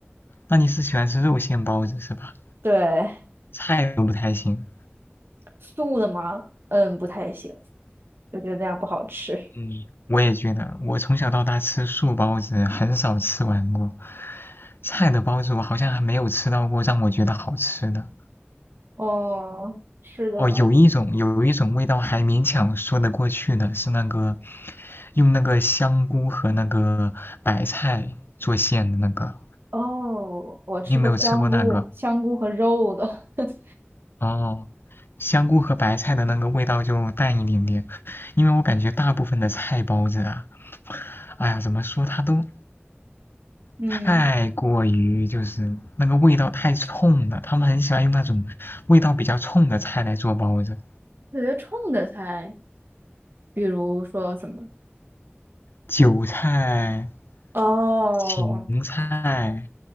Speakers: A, on the left; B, on the right.
A: 那你是喜欢吃肉馅包子是吧？
B: 对，
A: 菜都不太行。
B: 素的吗？嗯，不太行，我觉得那样不好吃。<laughs>
A: 嗯，我也觉得，我从小到大吃素包子很少吃完过，菜的包子我好像还没有吃到过让我觉得好吃的。
B: 哦，是的，
A: 哦，有一种有一种味道还勉强说得过去的是那个用那个香菇和那个白菜做馅的那个，
B: 哦，我吃过香菇、
A: 你有没有吃过那个？
B: 香菇和肉的，<laughs>
A: 哦，香菇和白菜的那个味道就淡一点点，因为我感觉大部分的菜包子啊，哎呀，怎么说它都
B: 嗯，
A: 太过于就是那个味道太冲了，他们很喜欢用那种味道比较冲的菜来做包子，
B: 特别冲的菜，比如说什么？
A: 韭菜、
B: 哦，
A: 芹菜，